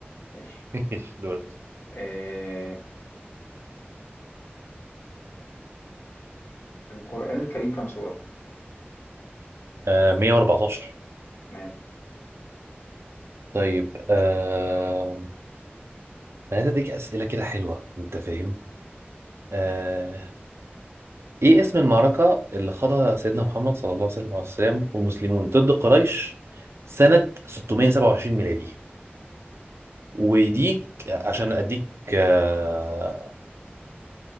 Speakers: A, on the left (about 80°); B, on the right (about 90°).
A: ماشي
B: <laughs> دول
A: آه، القران الكريم كام سوره
B: آه 114
A: تمام
B: طيب آه انا عايز اديك اسئله كده حلوه انت فاهم آه... ايه اسم المعركه اللي خاضها سيدنا محمد صلى الله عليه وسلم والمسلمون ضد قريش سنه 627 ميلادي ويديك عشان اديك آه...